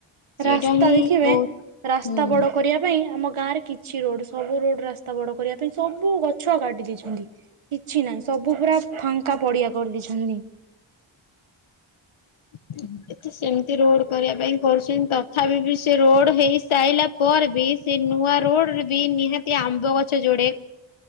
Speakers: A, on the left; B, on the right.
A: ସେଇଟା
B: ରାସ୍ତା
A: ହିଁ
B: ଦେଖିବେ
A: ବହୁତ
B: ରାସ୍ତା
A: ହୁଁ।
B: ବଡ କରିବା ପାଇଁ ଆମ ଗାଁ ରେ କି ଛି ରୋଡ୍ ସବୁ ରୋଡ୍ ରାସ୍ତା ବଡ କରିବା ପାଇଁ ସବୁ ଗଛ କାଟି ଦେଇେଛନ୍ତି। କିଛି ନାହିଁ ସବୁ ପୁରା ଫାଙ୍କା ପଡିଆ କରିଦେଇଛନ୍ତି।
A: <inaudible> ଏଠି ସେମତି ରୋଡ୍ କରିବା ପାଇଁ କରୁଛନ୍ତି, ତଥାପି ବି ସେ ରୋଡ୍ ହେଇସାଇଲା ପରେ ବି ସେ ନୂଆ ରୋଡ୍ ରେ ବି ନିହାତି ଆମ୍ବ ଗଛ ଯୋଡେ